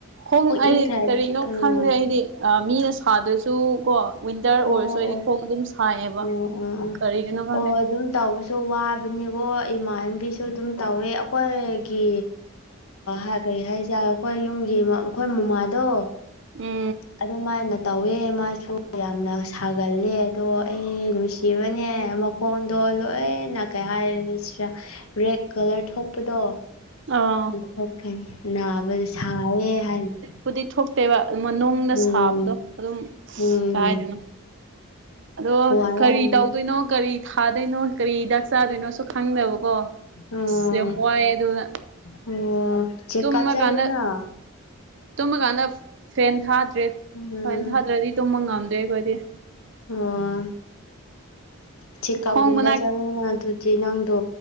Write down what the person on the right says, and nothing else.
ꯈꯣꯡ ꯑꯩ
ꯀꯔꯤꯅꯣ
ꯈꯪꯗꯦ ꯑꯩꯗꯤ ꯑꯥ ꯃꯤꯅ ꯁꯥꯗ꯭ꯔꯁꯨ ꯀꯣ ꯋꯤꯟꯇꯔ ꯑꯣꯏꯔꯁꯨ
ꯑꯩꯗꯤ
ꯈꯣꯡ ꯑꯗꯨꯝ ꯁꯥꯏꯌꯦꯕ
ꯀꯔꯤꯒꯤꯅꯣ ꯈꯪꯗꯦ
ꯎꯝ
ꯑꯥ
ꯄꯨꯗꯤ ꯊꯣꯛꯇꯦꯕ ꯑꯗꯨ ꯃꯅꯨꯡꯅ
ꯁꯥꯕꯗꯣ ꯑꯗꯨꯝ
ꯀꯩ ꯍꯥꯏꯗꯣꯏꯅꯣ ꯑꯗꯣ
ꯀꯔꯤ ꯇꯧꯗꯣꯏꯅꯣ ꯀꯔꯤ ꯊꯥꯗꯣꯏꯅꯣ ꯀꯔꯤ ꯍꯤꯗꯥꯛ ꯆꯥꯗꯣꯏꯅꯣꯁꯨ ꯈꯪꯗꯕꯀꯣ
ꯑꯁ ꯌꯥꯝ ꯋꯥꯏꯑꯦ ꯑꯗꯨꯅ
ꯇꯨꯝꯃꯀꯥꯟꯗ
ꯇꯨꯝꯃꯀꯥꯟꯗ ꯐꯦꯟ ꯊꯥꯗ꯭ꯔꯦ
ꯐꯦꯟ ꯊꯥꯗ꯭ꯔꯗꯤ ꯇꯨꯝꯕ ꯉꯝꯗ꯭ꯔꯦ ꯑꯩꯈꯣꯏꯗꯤ
ꯈꯣꯡ ꯃꯅꯥꯛ